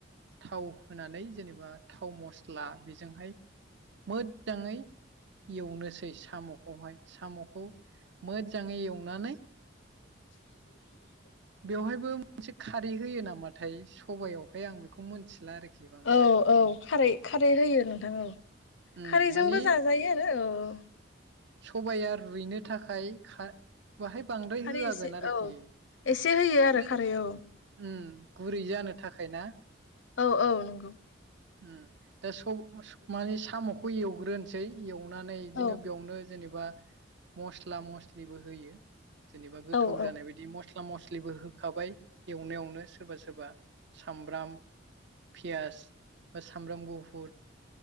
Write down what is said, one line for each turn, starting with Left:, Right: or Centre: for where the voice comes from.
Right: थाव होनानै जेनेबा थाव मस्ला बेजोंहाय मोजाङै एवनोसै साम'खौहाय साम'खौ मोजाङै एवनानै
Left: <inaudible>
Right: बेवहायबो मोनसे खारै होयो नामाथाय सबयावहाय आं बेखौ खौ मोनथिला आरोखि बांद्राय
Left: औ औ खारै खारै होयो नोंथां औ
Right: उम
Left: खारैजोंबो
Right: माने
Left: जाजायो आरो औ
Right: सबाया रुइनो थाखाय बाहाय बांद्राय
Left: खारै
Right: होआगोन
Left: एसे
Right: आरोखि
Left: औ
Right: माने
Left: एसे होयो आरो खारै औ
Right: उम गुरै जानो थाखाय ना
Left: औ औ नंगौ
Right: उम दा सब माने साम'खौ एवग्रोनोसै एवनानै बिदिनो
Left: औ
Right: बेयावनो जेनेबा मसला मसलिबो होयो जेनेबा गोथाव
Left: औ औ
Right: जानाय बायदि म मस्ला मस्लिबो होखाबाय एवनायावनो सोरबा सोरबा सामब्राम पियास बा सामब्राम गुफुर